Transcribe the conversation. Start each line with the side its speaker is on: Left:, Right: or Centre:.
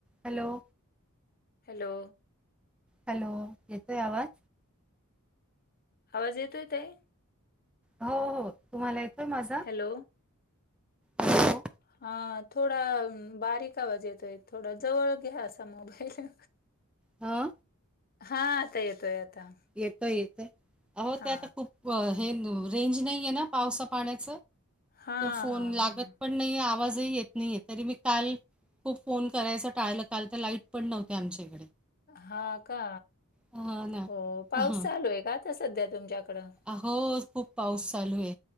Centre: Hello!
Left: Hello!
Centre: Hello येतोय आवाज.
Left: आवाज येतोय ताई.
Centre: हो हो तुम्हाला येतोय माझा?
Left: हॅलो
Centre: हॅलो
Left: हा! थोडा बारीक आवाज येतोय थोडा, जवळ घ्या असा मोबाईल.
Centre: हा!
Left: हा आता येतोय आता.
Centre: येतोय येतोय, अहो
Left: हा
Centre: ते आता खूप. अ हे रेंज नाही आहे ना पावसा पाण्याच
Left: हा
Centre: त फोन
Left: हा
Centre: लागत
Left: हा
Centre: पण नही आवाजही येत नाही, तरी मी काल खूप फोन करायचं टाळलं काल त लाईट पण नव्हती आमच्या ईकडे.
Left: हा का
Centre: हा ना!
Left: हो पाऊस
Centre: हा.
Left: चालू आहे का, आता सध्या तुमच्याकडं.
Centre: अहो खूप पाऊस चालू हे,